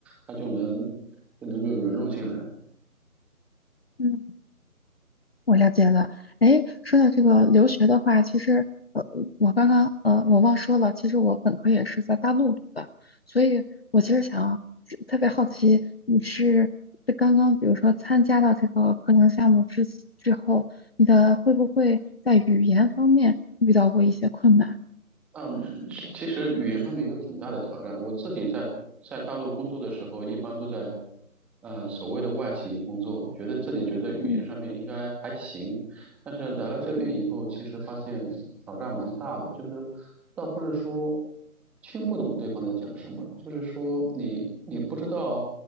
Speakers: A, in the centre; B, on the left.
A: 他就能就能够融入进来。
B: 嗯。我了解了，哎，说到这个留学的话，其实呃，我刚刚呃，我忘说了，其实我本科也是在大陆读的，所以我其实想特别好奇，你是这刚刚比如说参加到这个课程项目之之后，你的会不会在语言方面遇到过一些困难？
A: 嗯，其其实语言上面有挺大的挑战。我自己在在大陆工作的时候，一般都在呃所谓的外企工作，觉得自己觉得语言上面应该还行，
B: 嗯
A: 但是来了这边以后，
B: 嗯
A: 其实发现挑战蛮大的，就是倒不是说听不懂对方在讲什么，就是说你你不知道